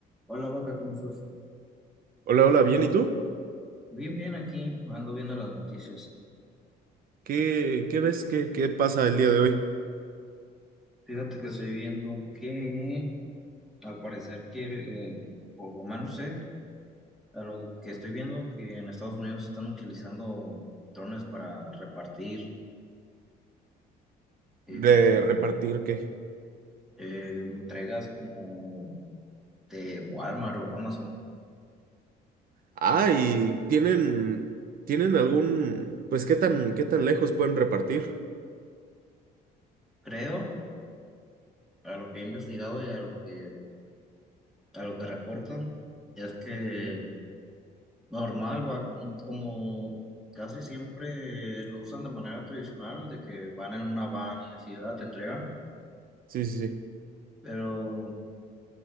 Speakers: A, in the centre; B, on the right.
A: Hola, Vaca, ¿cómo estás?
B: Hola, hola, bien, ¿y tú?
A: Bien, bien, aquí ando viendo las noticias.
B: ¿Qué, qué ves? ¿Qué, qué pasa el día de hoy?
A: Fíjate que estoy viendo que al parecer quiere, eh, por lo menos sé, a lo que estoy viendo que en Estados Unidos están utilizando drones para repartir este,
B: ¿De repartir qué?
A: eh, entregas como de Walmart o Amazon.
B: Ah, y tienen, tienen algún, pues, ¿qué tan, qué tan lejos pueden repartir?
A: Creo, a lo que he investigado y a lo que, a lo que reportan, es que Normal, va, como casi siempre lo usan de manera tradicional, de que van en una van y así, ¿verdad? Te entregan,
B: Sí, sí, sí.
A: pero